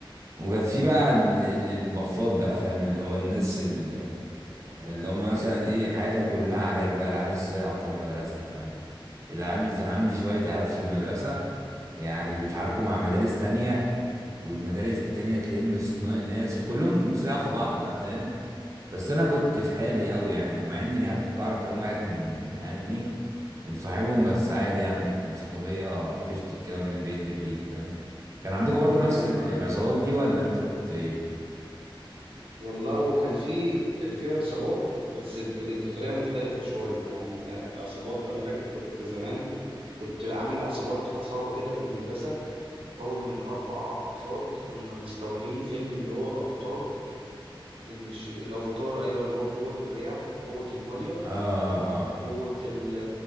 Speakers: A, on the right (about 35°); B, on the right (about 90°).
A: وكانت في بقى ال- ال- البفات بقى فاهم اللي هو الناس ال- اللي هم مثلا ايه حياتهم كلها عراك بقى العيال الصيع بتوع المدرسه فاهم العيال اللي كان عندي شويه عيال في المدرسه يعني بيتعاركوا مع مدارس تانية والمدارس التانية تلم صنا- ناس وكلهم صيع في بعض بقى فاهم بس انا كنت في حالي قوي يعني مع اني يعني كنت اعرف كام واحد من من العيال دي مصاحبهم بس عادي يعني صحوبية فشت كده من بعيد لبعيد فاهم كان عندكم برضو نفس
B: ايوه
A: ال-
B: فاهم
A: العصابات دي ولا انتوا كنت ايه
B: والله هو كان في كان في عصابات بس كانت بطريقه مختلفه شويه يعني كان العصابات انا فاكر كنت زمان كنت عامل عصابات عصابه كده في المدرسه مكون من أربع أفراد كنا مستوحين فيلم اللي هو أفاتار مش الأفاتار أيوة اللي هو قوة الرياح وقوة المية
A: اه اه آه.
B: قوة ال-